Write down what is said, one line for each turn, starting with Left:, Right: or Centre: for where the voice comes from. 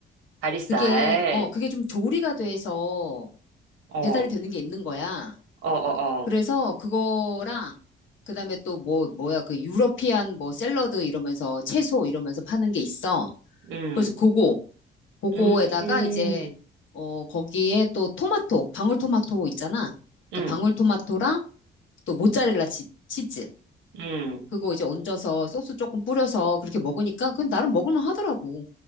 Right: 다리살,
Left: 그게, 어, 그게 좀 조리가 돼서
Right: 어,
Left: 배달이
Right: 어,
Left: 되는 게 있는 거야.
Right: 어, 어,
Left: 그래서 그거랑 그다음에 또 뭐, 뭐야, 그 유러피안 뭐 샐러드 이러면서 채소 이러면서 파는 게 있어.
Right: 음,
Left: 그래서 그거 그거에다가
Right: 음,
Left: 이제 어 거기에 또 토마토, 방울토마토 있잖아. 그러니까
Right: 음,
Left: 방울토마토랑 또 모짜렐라 치, 즈
Right: 음.
Left: 그거 이제 얹어서 소스 조금 뿌려서 그렇게 먹으니까 그건 나름 먹을만 하더라고.